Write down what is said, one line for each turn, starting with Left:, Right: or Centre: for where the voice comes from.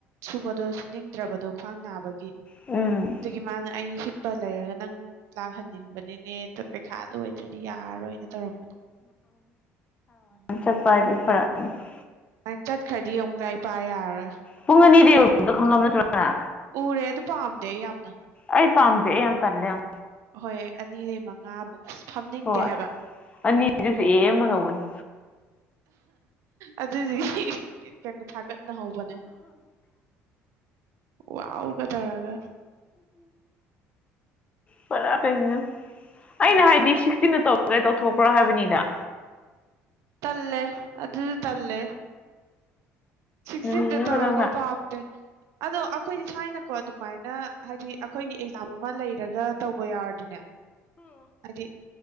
Right: ꯁꯨꯕꯗꯣꯨ ꯁꯨꯅꯤꯡꯗ꯭ꯔꯕꯗꯣ ꯈ꯭ꯋꯥꯡ ꯉꯥꯕ ꯑꯗꯨꯒꯤ
Left: ꯎꯝ
Right: ꯃꯥꯅ ꯑꯩ ꯂꯩꯔꯒ ꯅꯪ ꯂꯥꯛꯍꯟꯅꯤꯡꯕꯅꯤꯅꯦ ꯑ ꯄꯩꯈꯥ ꯂꯣꯏꯗ꯭ꯔꯗꯤ ꯌꯥꯔꯣꯏꯅ ꯇꯧꯔꯝꯕꯗꯣ ꯎꯝ
Left: ꯆꯄꯗꯤ ꯐꯔꯅꯤ <unintelligible>
Right: ꯅꯪ ꯆꯠꯈ꯭ꯔꯗꯤ ꯑꯃꯨꯛ ꯂꯥꯏꯔꯤꯛ ꯄꯥ ꯌꯥꯔꯔꯣꯏ
Left: ꯄꯨꯡ ꯑꯅꯤꯗꯒꯤ ꯈꯪꯂꯝꯕ ꯅꯠꯇ꯭ꯔꯣꯒꯅ
Right: ꯎꯔꯦ ꯑꯥꯗꯣ ꯄꯥꯝꯗ ꯑꯩ ꯌꯥꯝꯅ
Left: ꯑꯩ ꯄꯥꯝꯗꯦ ꯑꯩ ꯌꯥꯝ ꯇꯜꯂꯦ ꯌꯥꯝ
Right: ꯍꯣꯏ ꯑꯅꯤꯗꯩꯩ ꯃꯉꯥꯕꯨ ꯑꯁ ꯐꯝꯅꯤꯡꯗꯦ
Left: ꯍꯣꯏ
Right: ꯍꯥꯏꯕ
Left: ꯑꯅꯤꯗꯨꯁꯨ ꯑꯦ ꯑꯦꯝ ꯉꯧꯕꯅꯤ
Right: ꯑꯗꯨꯗꯤ ꯀꯩꯅꯣ ꯊꯥꯒꯠꯅꯍꯧꯕꯅꯦ ꯋꯥꯎꯒ ꯇꯧꯔꯒ
Left: ꯄꯨꯔꯥ ꯀꯩꯅꯣ ꯑꯩꯅ
Right: ꯎꯝ
Left: ꯍꯥꯏꯗꯤ ꯁꯤꯛꯁꯇꯤꯗ ꯇꯧ ꯇꯦ ꯇꯧꯊꯣꯛꯈ꯭ꯔꯣ ꯍꯥꯏꯕꯅꯤꯗ
Right: ꯇꯂꯦ ꯑꯁꯨ ꯇꯂꯦ ꯁꯤꯛꯁꯇꯤꯟꯗ
Left: ꯅꯨꯃꯤꯠ ꯑꯃꯈꯛꯇꯪꯗ
Right: ꯇꯧꯔꯛꯄ ꯄꯥꯝꯗꯦ ꯑꯗꯣ ꯑꯩꯈꯣꯏꯗꯤ ꯊꯥꯏꯅꯀꯣ ꯑꯗꯨꯃꯥꯏꯅ ꯍꯥꯏꯗꯤ ꯑꯩꯈꯣꯏꯒꯤ ꯑꯦꯛꯖꯥꯝ ꯑꯃ ꯂꯩꯔꯒ ꯇꯧꯕ ꯌꯥꯎꯔꯗꯤꯅꯦ ꯍꯥꯏꯗꯤ